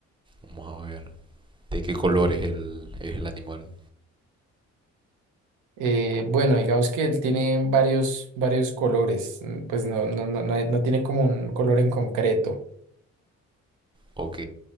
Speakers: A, on the right (about 15°); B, on the right (about 85°).
A: vamos a ver. ¿De qué color es el, es el animal?
B: Eh, bueno, digamos que él tiene varios, varios colores. Mm, Pues no, no, no, no no tiene como un color en concreto.
A: Ok.